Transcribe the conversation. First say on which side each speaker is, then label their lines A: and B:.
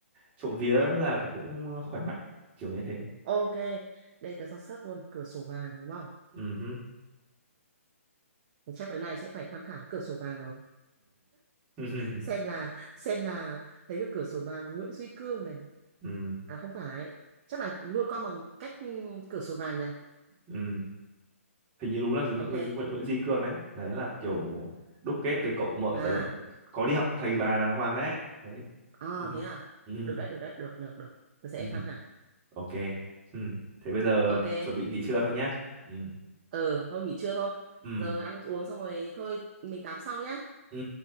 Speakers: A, on the right; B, on the right.
A: trộm vía là cũng khỏe mạnh kiểu như thế
B: ok đây tớ đang search luôn cửa sổ vàng đúng không
A: ừ ừ
B: Thì chắc đứa này sẽ phải tham khảo cửa sổ vàng rồi
A: ừ <laughs>
B: xem là xem là thấy cái cửa sổ vàng Nguyễn Duy Cương này
A: ừ
B: à không phải chắc là nuôi con bằng cách ừ, cửa sổ vàng nhỉ
A: ừ hình như đúng là Nguyễn
B: ok
A: Nguyễn Nguyễn, Nguyễn Duy Cương đấy đấy là kiểu đúc kết từ cậu mợ
B: à
A: tớ có đi học thầy bà đàng hoàng đấy thế
B: À
A: <laughs>
B: thế à?
A: ừ.
B: Được đấy, được đấy, được, được, được. Tôi sẽ
A: Ừ.
B: tham khảo.
A: ok ừ. thế bây giờ
B: Ok.
A: chuẩn bị nghỉ trưa thôi nhá ừ.
B: ờ thôi nghỉ trưa thôi.
A: Ừ.
B: Giờ ăn uống xong rồi thôi, mình tám sau nhá.
A: Ừ.